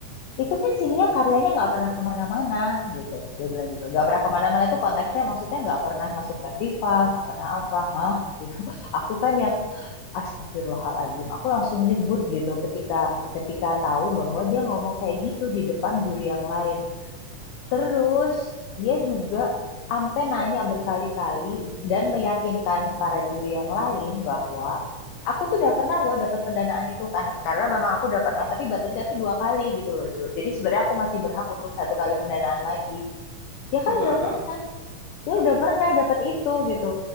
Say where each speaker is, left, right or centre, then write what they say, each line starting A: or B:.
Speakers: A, on the left; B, on the right.
A: itu kan si Nia karyanya nggak pernah kemana-mana gitu dia bilang gitu nggak pernah kemana-mana itu konteksnya maksudnya nggak pernah masuk festival nggak pernah apa hah gitu <laughs> aku kan yang astagfirullahaladzim
B: Mm-mm.
A: aku langsung nyebut gitu ketika ketika tahu bahwa dia ngomong kayak gitu di depan juri yang lain Terus dia juga ampe nanya berkali-kali dan meyakinkan para juri yang lain bahwa aku tuh udah pernah loh dapat pendanaan itu kan karena memang aku udah pernah tapi batasnya tuh dua kali gitu loh Jo. Jadi sebenarnya aku masih berhak untuk satu kali pendanaan lagi. Dia kan
B: Masuk
A: udah
B: akal.
A: pernah, dia udah pernah dapat itu gitu.